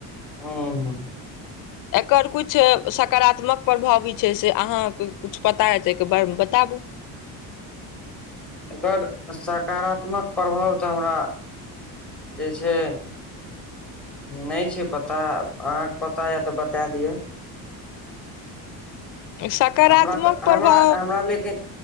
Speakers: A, in the centre; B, on the left (about 55°).
A: हँ हुन
B: एकर किछु सकारात्मक प्रभाव भी छै से अहाँके किछु पता हैते तऽ एहिके बारेमे बताबू
A: एकर सकारात्मक प्रभाव तऽ हमरा जे छै नहि छै पता अहाँके पता ये तऽ बता दिअ
B: सकारात्मक
A: हमरा तऽ
B: प्रभाव
A: हमरा हमरा लेकिन